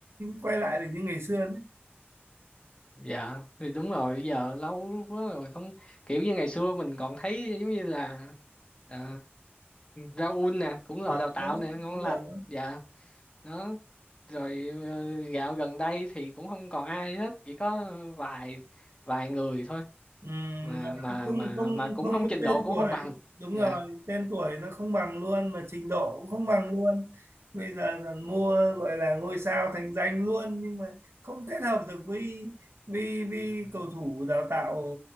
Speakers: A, on the right; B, on the left.
A: quay lại được như ngày xưa nữa.
B: dạ thì đúng rồi giờ lâu quá rồi không kiểu như ngày xưa mình còn thấy giống như là ờ, Raul nè cũng là
A: À,
B: đào tạo nè ngon
A: đúng
B: lành
A: rồi.
B: dạ đó rồi ờ, gạo gần đây thì cũng không còn ai hết chỉ có vài vài người thôi
A: Ừm,
B: mà mà
A: không
B: mà
A: không
B: mà cũng
A: không
B: không
A: có
B: trình
A: tên
B: độ cũng
A: tuổi
B: không bằng
A: đúng
B: dạ
A: rồi tên tuổi nó không bằng luôn mà trình độ cũng không bằng luôn bây giờ là mua gọi là ngôi sao thành danh luôn nhưng mà không kết hợp được với với với cầu thủ đào tạo